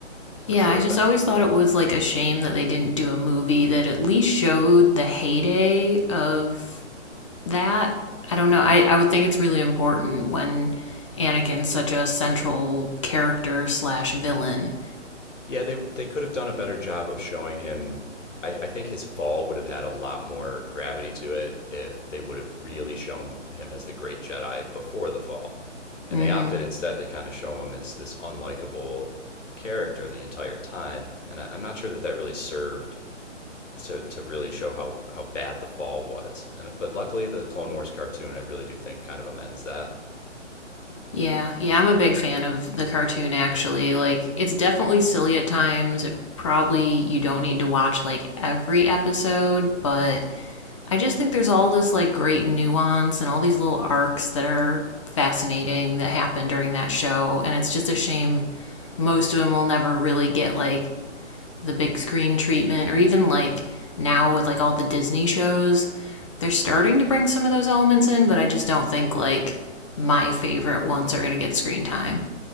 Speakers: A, on the left; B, on the left.
A: or
B: Yeah,
A: should
B: I
A: have
B: just
A: been.
B: always thought it was like a shame that they didn't do a movie that at least showed the heyday of that. I don't know. I, I would think it's really important when Anakin's such a central character slash villain.
A: Yeah, they they could have done a better job of showing him. I, I think his fall would have had a lot more gravity to it if they would have really shown him as the great Jedi before the fall. And
B: hmm
A: they opted instead to kind of show him as this unlikable character the entire time. And I, I'm not sure that that really served to, to really show how, how bad the fall was. And but luckily the Clone Wars cartoon I really do think kind of amends that.
B: Yeah, yeah, I'm a big fan of the cartoon actually. Like it's definitely silly at times. It probably you don't need to watch like every episode, but I just think there's all this like great nuance and all these little arcs that are fascinating that happen during that show and it's just a shame most of them will never really get like the big screen treatment or even like now with like all the Disney shows, they're starting to bring some of those elements in, but I just don't think like my favorite ones are going to get screen time.